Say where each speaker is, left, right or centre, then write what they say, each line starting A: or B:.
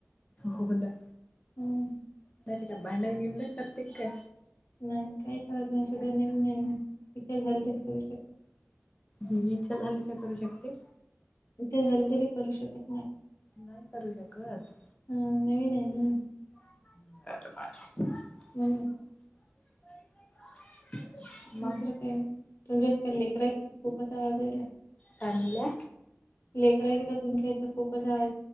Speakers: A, on the left; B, on the left.
A: हो ना
B: हम्म
A: म ती काय भांडण -बिंडान करते की काय?
B: नाही काही करत नाही, असं देणी नाही ना. इथे झाल करू शकत
A: ह, इच्छा झाली तर करू शकते.
B: इच्छा झाली तरी करू शकत नाय
A: नाही करू शकत?
B: हा नवीन हाय नी
A: <unintelligible>
B: हम्
A: <unintelligible>
B: दुसरं
A: मग
B: काय नाही, तुमच्या इकडं काही लेकर आहेत, खूपच आवाज यायला.
A: काय म्हणल्या?
B: लेकर आहेत का तुमच्या इथं खूपच आवाज